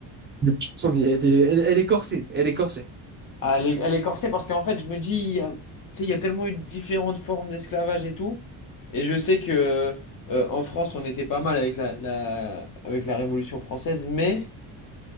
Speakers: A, on the right; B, on the left.
A: Le petit premier, elle est, elle, elle est corsée, elle est corsée.
B: Ah, elle est, elle est corsée parce qu'en fait, je me dis, il y a, tu sais, il y a tellement eu différentes formes d'esclavage et tout. Et je sais que euh, en France, on était pas mal avec la, la- avec la Révolution française, mais